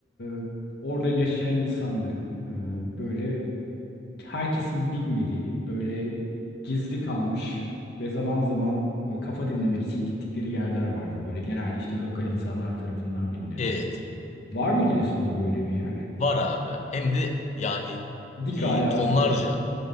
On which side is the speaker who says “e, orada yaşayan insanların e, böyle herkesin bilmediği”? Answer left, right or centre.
Left